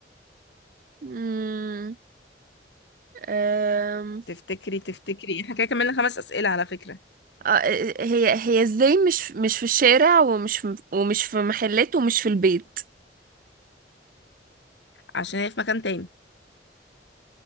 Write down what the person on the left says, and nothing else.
تفتكري تفتكري احنا كده كملنا خمس أسئلة على فكرة
عشان هي في مكان تاني